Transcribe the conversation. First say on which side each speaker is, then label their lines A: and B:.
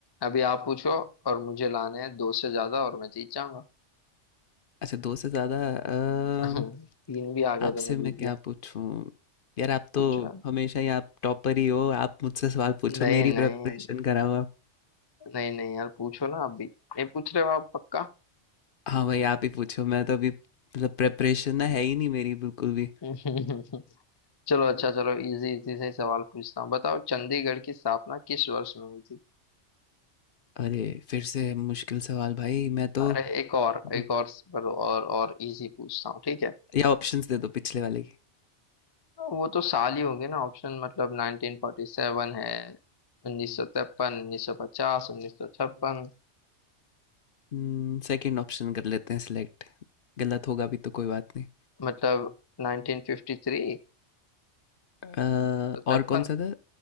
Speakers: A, on the left; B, on the left.
A: अभी आप पूछो और मुझे लाने हैं दो से ज्यादा और मैं जीत जाऊंगा
B: अच्छा, 2 से ज़्यादा अ,
A: <laughs> तीन भी आ गए
B: आपसे
A: तो मैं
B: मैं
A: जीत
B: क्या
A: गया
B: पूछूँ? यार आप
A: पूछो
B: तो
A: यार।
B: हमेशा ही आप टॉपर ही हो, आप मुझसे सवाल पूछो,
A: नहीं
B: मेरी
A: नहीं
B: प्रिपरेशन कराओ आप।
A: नहीं नहीं यार पूछो ना आप भी नहीं पूछ रहे हो आप पक्का
B: हाँ भाई, आप ही पूछो, मैं तो अभी मतलब प्रिपरेशन ना है ही नहीं मेरी बिल्कुल भी।
A: <laughs> चलो अच्छा चलो इजी इजी से ही सवाल पूछता हूँ बताओ चंडीगढ़ की स्थापना किस वर्ष में हुई थी
B: अरे! फिर से मुश्किल सवाल भाई, मैं
A: अरे
B: तो
A: एक और
B: मु
A: एक और और और इजी पूछता हूँ ठीक है
B: या ऑप्शंस दे दो पिछले वाले की।
A: वो तो साल ही होंगे ना ऑप्शन मतलब 1947 है 1953 1950 1956
B: उम, सेकंड ऑप्शन कर लेते हैं सिलेक्ट, गलत होगा भी तो कोई बात नहीं।
A: मतलब 1953
B: अ,
A: 1953
B: और कौन-सा था?